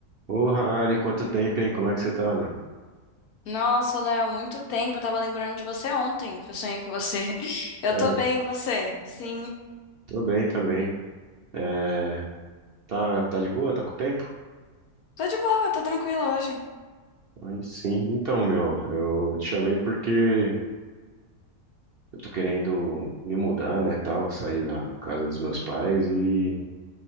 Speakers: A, on the right (about 55°); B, on the left (about 70°).
A: Ô, Harry, quanto tempo, hein? Como é que você tá, meu?
B: Nossa, Léo, muito tempo. Eu tava lembrando de você ontem, que eu sonhei com você. <laughs> Eu
A: Sério?
B: tô bem, e você? Sim.
A: Tô bem também. É, tá, tá de boa? Tá com tempo?
B: Tô de boa, tô tranquila hoje.
A: Aí sim. Então, meu, eu te chamei porque eu tô querendo me mudar, né, tal, sair da casa dos meus pais e